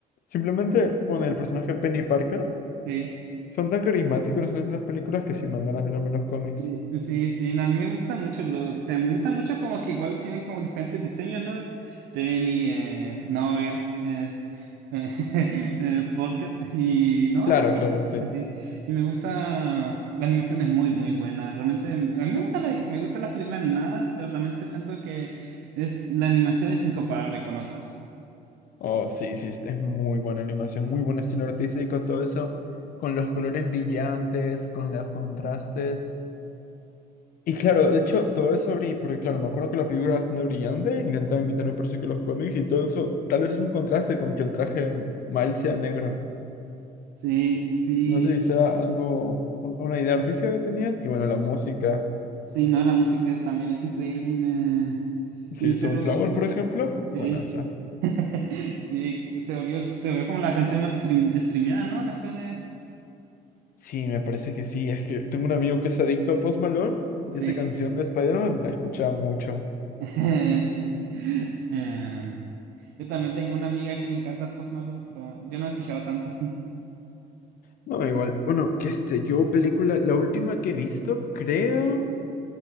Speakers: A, on the left (about 60°); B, on the right (about 80°).
A: simplemente, bueno, el personaje Penny Parker
B: sí,
A: son tan carismáticos en esas películas que sí me dan ganas de verme los cómics.
B: sí, sí, sí, no, a mí me gusta mucho lo, o sea, me gusta mucho como que igual tienen como diferentes diseños, ¿no? Tenny, eh, Noir, eh, <laughs> eh, póker y no,
A: Claro,
B: y
A: claro, sí.
B: sí, sí. Y me gusta, la animación es muy, muy buena. Realmente, a mí me gusta la- me gustan las películas animadas, pero realmente siento que es, la animación es incomparable con otras.
A: Oh, sí, sí, es es muy buena animación, muy buen estilo artístico, todo eso. Con los colores brillantes, con los contrastes. Y claro, de hecho, todo eso brilla, porque claro, me acuerdo que la película era bastante brillante, intentaba imitar me parece que los cómics y todo eso, tal vez es un contraste con que el traje Miles sea negro.
B: Sí, sí,
A: No sé si sea algo, un- una idea artística que tenían, y bueno, la música,
B: sí, no, la música es- también es increíble y me...
A: si
B: Y
A: Sunflower,
B: pero,
A: por ejemplo, es
B: sí,
A: buenaza.
B: <laughs> sí, se volvió, el- se volvió como la canción más stream- streameada, ¿no? Después de...
A: Sí, me parece que sí, es que tengo un amigo que es adicto a Post Malone, y
B: Sí,
A: esa canción de Spider-Man la escuchaba mucho.
B: <laughs> sí. Em, Yo también tengo una amiga que le encanta Post Malone, pero yo no he escuchado tanto.
A: No, igual, bueno, que este, yo película, la última que he visto, creo,